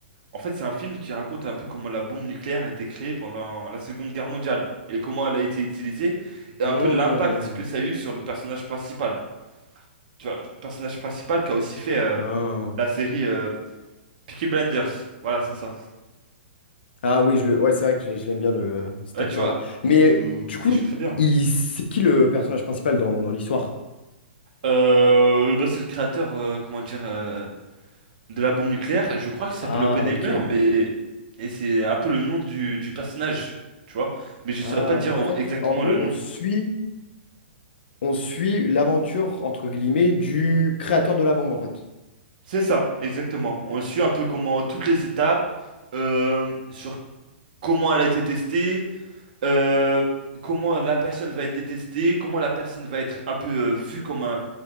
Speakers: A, on the right; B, on the left.
A: en fait, c'est un film qui raconte un peu comment la bombe nucléaire a été créée pendant la Seconde Guerre mondiale et comment elle a été utilisée et un
B: Hmm.
A: peu l'impact que ça a eu sur le personnage principal. Tu vois, le personnage principal qui a aussi fait euh,
B: Ah
A: la série euh, Peaky Blinders. Voilà, c'est ça.
B: Ah oui, je le... ouais, c'est vrai que je l'ai- je l'aime bien le... cet
A: Ouais,
B: acteur-là.
A: tu vois, il
B: Mais
A: joue,
B: du coup,
A: il joue très bien.
B: il... c'est qui le personnage principal dans, dans l'histoire?
A: Euh, bah, c'est le créateur, euh, comment dire. euh, de la bombe nucléaire. Je crois qu'il s'appelle
B: Ah,
A: Oppenheimer,
B: ok.
A: mais et c'est un peu le nom du, du personnage, tu vois. Mais je
B: Ah,
A: saurais pas dire
B: donc
A: en-
B: en fait,
A: exactement
B: en gros,
A: le nom.
B: on suit, on suit l'aventure, entre guillemets, du créateur de la bombe, en fait.
A: C'est ça, exactement. On suit un peu comment toutes les étapes, euh, sur comment elle a été testée, euh, comment la personne va être détestée, comment la personne va être un peu euh, vue comme un,